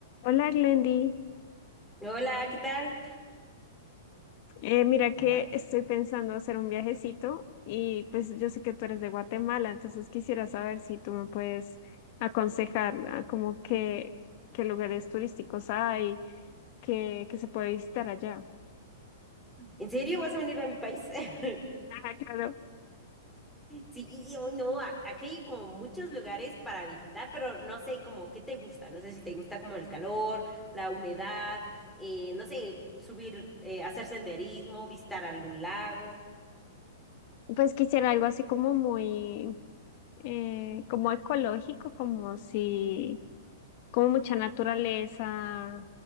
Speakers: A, on the left; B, in the centre.
A: Hola Glendy,
B: Hola, ¿qué tal?
A: Eh, mira que
B: Hola.
A: estoy pensando hacer un viajecito y pues yo sé que tú eres de Guatemala, entonces quisiera saber si tú me puedes aconsejar ah, como que qué lugares turísticos hay, que, que se puede visitar allá.
B: ¿En serio vas a venir a mi país? <laughs>
A: Ajá, claro.
B: Sí, hoy no, a- aquí hay como muchos lugares para visitar, pero no sé como qué te gusta, no sé si te gusta como el calor, la humedad, eh, no sé, subir, eh, hacer senderismo, visitar algún lago.
A: Pues quisiera algo así como muy, eh, como ecológico, como si, como mucha naturaleza.